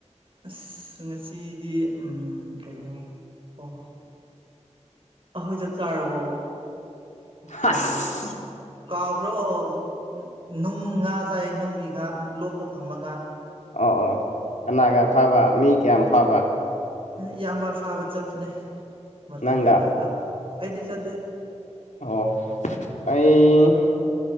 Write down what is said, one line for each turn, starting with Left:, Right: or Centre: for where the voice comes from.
Right: ꯑꯁ ꯉꯁꯤꯗꯤ ꯀꯩꯅꯣ ꯑꯣ ꯑꯩꯈꯣꯏ ꯆꯥꯛ ꯆꯥꯔꯕꯣ
Left: ꯑꯁ
Right: ꯀꯩꯅꯣ ꯀꯥꯎꯒ꯭ꯔꯣ ꯑꯣ ꯅꯨꯡ ꯉꯥ ꯆꯥꯏꯌꯦ ꯅꯨꯡꯒꯤ ꯉꯥ ꯂꯣꯛꯇ ꯐꯪꯕ ꯉꯥ
Left: ꯑꯣ ꯑꯣ ꯀꯅꯥꯒ ꯐꯕ ꯃꯤ ꯀꯌꯥꯝ ꯐꯕ
Right: ꯏꯌꯥꯝꯕ ꯐꯥꯕ ꯆꯠꯄꯅꯦ ꯃꯊꯟꯇꯥ
Left: ꯅꯪꯒ
Right: ꯂꯣꯛꯇ ꯑꯩꯗꯤ ꯆꯠꯇꯦ
Left: ꯑꯣ ꯑꯩ